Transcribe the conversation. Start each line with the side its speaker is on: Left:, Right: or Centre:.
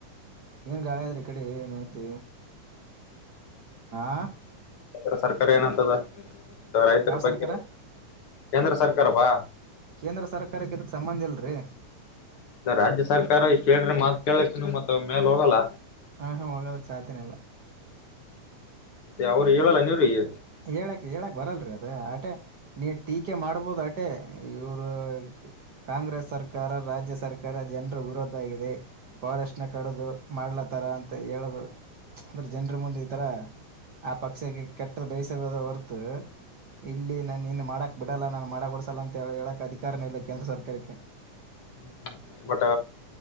Right: ಏನ್ ಗಾಳಿ ಈ ಕಡೆ ಏನ್ ಹೇಳ್ತೆ ಹಾ
Left: ಕೇಂದ್ರ ಸರ್ಕಾರ ಏನಂತದ ರೈತರ
Right: ಯಾವ
Left: ಬಗ್ಗೆ
Right: ಸರ್ಕಾರ
Left: ಕೇಂದ್ರ ಸರ್ಕಾರಪ್ಪ
Right: ಕೇಂದ್ರ ಸರ್ಕಾರಕ್ಕೆ ಇದಕ್ ಸಂಬಂಧ ಇಲ್ರಿ
Left: ರಾಜ್ಯ ಸರ್ಕಾರ ಇಷ್ಟ ಹೇಳ್ರೆ ಮಾತ್ ಕೇಳಾಕ್ ಮತ್ ಮೇಲೆ ಹೋಗಲ್ಲ
Right: ಹಾ ಹಾ ಹೋಗೋದಕ್ ಸಾಧ್ಯನೆ ಇಲ್ಲ
Left: ಮತ್ತೆ ಅವ್ರು ಹೇಳಲ್ಲ ನೀವ್ರಿಗೆ
Right: ಹೇಳಕ್ ಹೇಳಕ್ ಬರಲ್ರಿ ಅದ ಅಟೆ ನೀ ಟೀಕೆ ಮಾಡ್ಬೋದು ಅಟೆ ಇವ್ರು ಕಾಂಗ್ರೆಸ್ ಸರ್ಕಾರ ರಾಜ್ಯ ಸರ್ಕಾರ ಜನರು ವಿರೋಧಾಗಿದೆ ಫಾರೆಸ್ಟ್ನ ಕಡಿದು ಮಾಡಲತ್ತ ಅಂತ ಹೇಳ ಅಂದ್ರೆ ಜನ್ರ ಮುಂದೆ ಈತರ ಆ ಪಕ್ಷಕ್ಕೆ ಕೆಟ್ಟ ಬೇಸದ ಹೊರ್ತು ಇಲ್ಲಿ ನಾನ ಇನ್ ಮಾಡಕ್ ಬಿಡಲ್ಲ ನಾನ್ ಮಾಡಕ್ಕ ಕೊಡ್ಸಲ್ಲ ಅಂತ ಹೇಳ ಹೇಳಕ್ ಅಧಿಕಾರನೇ ಇಲ್ಲ ಕೇಂದ್ರ ಸರ್ಕಾರಕ್ಕೆ
Left: ಹ್ಮ್ಮ ಬಟ್